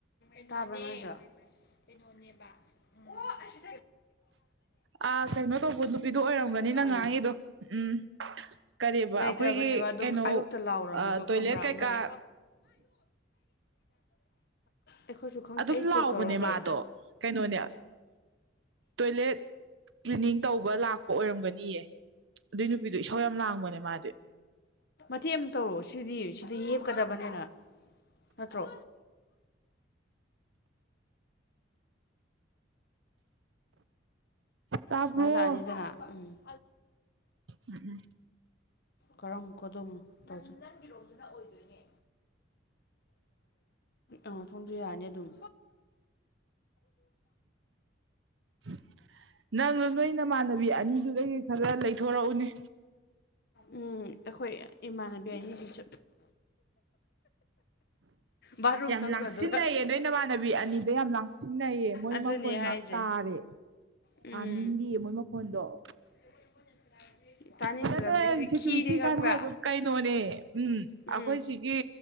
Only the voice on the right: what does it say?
ꯑ ꯀꯩꯅꯣ ꯇꯧꯕ ꯅꯨꯄꯤꯗꯨꯣ ꯑꯣꯏꯔꯝꯒꯅꯤ ꯅꯪ
ꯉꯥꯡꯉꯤꯗꯣ ꯎꯝ ꯀꯔꯤꯕ
ꯑꯩꯈꯣꯏꯒꯤ
ꯀꯩꯅꯣ
ꯇꯣꯏꯂꯦꯠ ꯀꯩꯀꯥ
ꯑꯗꯨꯝ
ꯂꯥꯎꯕꯅꯦ ꯃꯥꯗꯣ ꯀꯩꯅꯣꯅꯦ ꯇꯣꯏꯂꯦꯠ ꯀ꯭ꯂꯤꯅꯤꯡ ꯇꯧꯕ ꯂꯥꯛꯄ ꯑꯣꯏꯔꯝꯒꯅꯤꯌꯦ ꯑꯗꯨꯏ ꯅꯨꯄꯤꯗꯣ ꯏꯁꯧ ꯌꯥꯝ ꯂꯥꯡꯕꯅꯦ ꯃꯥꯗꯤ
ꯇꯥꯕ꯭ꯔꯣ
ꯎꯝ ꯎꯝ
<inaudible> ꯅꯪ ꯅꯣꯏ ꯅꯃꯥꯟꯅꯕꯤ ꯑꯅꯤꯗꯨꯗꯒꯤ ꯈꯔ ꯂꯩꯊꯣꯔꯛꯎꯅꯦ
ꯌꯥꯝ
ꯂꯥꯡꯁꯤꯟꯅꯩꯌꯦ ꯅꯣꯏ ꯅꯃꯥꯟꯅꯕꯤ ꯑꯅꯤ ꯑꯗꯣ ꯌꯥꯝ ꯂꯥꯡꯁꯤꯟꯅꯩꯌꯦ ꯃꯣꯏ
ꯃꯈꯣꯜ ꯉꯥꯏꯍꯥꯛ
ꯇꯥꯔꯦ
ꯇꯥꯅꯤꯡꯗꯌꯦ ꯃꯣꯏ ꯃꯈ ꯍꯣꯟꯗꯣꯛ
ꯑꯣ ꯅ
ꯁꯦꯀꯨꯔꯤꯇꯤ
ꯒꯥꯔꯗ ꯍꯥꯏꯗꯣ ꯀꯩꯅꯣꯅꯦ ꯎꯝ
ꯑꯩꯈꯣꯏ ꯁꯤꯒꯤ